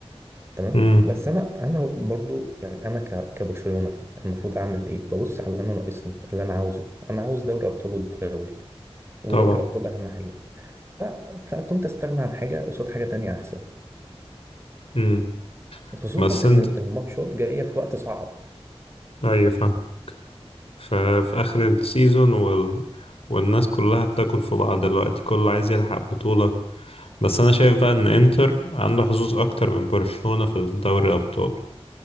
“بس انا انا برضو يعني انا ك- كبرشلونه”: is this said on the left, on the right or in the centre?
Right